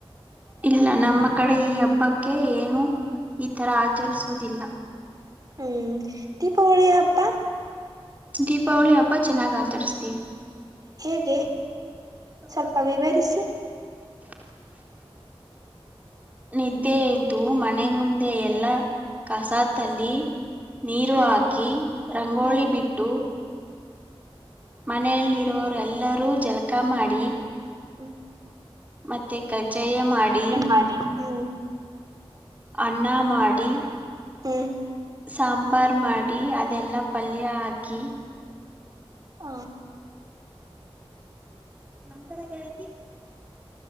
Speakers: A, on the right; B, on the right.
A: ಇಲ್ಲ ನಮ್ಮ ಕಡೆ ಈ ಹಬ್ಬಕ್ಕೆ ಏನು ಈ ತರ ಆಚರಿಸ <unintelligible> ಸುವುದಿಲ್ಲ. <unintelligible>
B: ಹ್ಮ್ ದೀಪಗಳ ಹಬ್ಬಾ
A: ದೀಪಾವಳಿ ಹಬ್ಬ ಚೆನ್ನಾಗ್ ಆಚರ್ಸತಿವಿ
B: ಹೇಗೆ
A: <unintelligible>
B: ಸ್ವಲ್ಪ ವಿವರಿಸಿ
A: ನಿದ್ದೆ ಎದ್ದು ಮನೆ ಮುಂದೆ ಎಲ್ಲಾ ಕಸಾತ್ತಲ್ಲಿ ನೀರು
B: ಹ್ಮ್
A: ಹಾಕಿ ರಂಗೋಲಿ
B: ಹ್ಮ್
A: ಬಿಟ್ಟು ಮನೆಯಲ್ಲಿ ಇರೋರು ಎಲ್ಲರೂ ಜಳಕಾ ಮಾಡಿ
B: ಹ್ಮ್
A: ಮತ್ತೆ ಕಜ್ಜಾಯ ಮಾಡಿ
B: ಮಾಡಿ ಹ್ಮ್
A: ಅನ್ನ ಮಾಡಿ
B: ಹ್ಮ್
A: ಸಾಂಬಾರ್ ಮಾಡಿ ಟಿ ಅದೆಲ್ಲಾ ಪಲ್ಯ ಹಾಕಿ
B: ಹ
A: ನಂತರ ಗೆಳತಿ